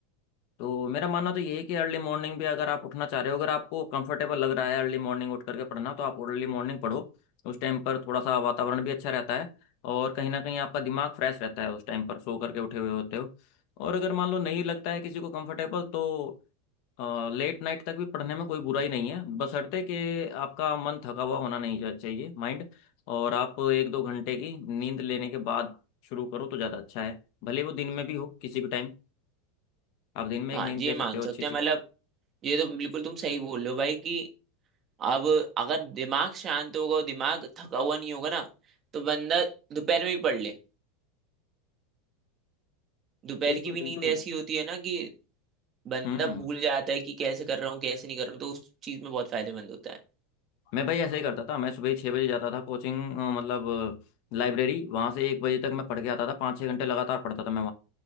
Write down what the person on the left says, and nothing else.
तो मेरा मानना तो यही है कि अर्ली मॉर्निंग भी अगर आप उठना चाह रहे हो अगर आपको कंफर्टेबल लग रहा है अर्ली मॉर्निंग उठ करके पढ़ना तो आप अर्ली मॉर्निंग पढ़ो उस टाइम पर थोड़ा सा वातावरण भी अच्छा रहता है और कहीं ना कहीं आपका दिमाग फ्रेश रहता है उस टाइम पर सो करके उठे हुए होते हो और अगर मान लो नहीं लगता है किसी को कंफर्टेबल तो लेट नाइट तक भी पढ़ने में कोई बुराई नहीं है बशर्ते कि आपका मन थका हुआ होना नहीं चा- चाहिए माइंड और आप एक दो घंटे की नींद लेने के बाद शुरू करो तो ज़्यादा अच्छा है भले वो दिन में भी हो किसी भी टाइम आप दिन में
एक नींद
ले
सकते हो
अच्छी सी
बिल्कुल
बिल्कुल
हम्म
मैं भाई ऐसे ही करता था मैं सुबह छः बजे जाता था कोचिंग अ, मतलब लाइब्रेरी वहाँ से एक बजे तक मैं पढ़ के आता था पाँच छः घंटे लगातार पढ़ता था मैं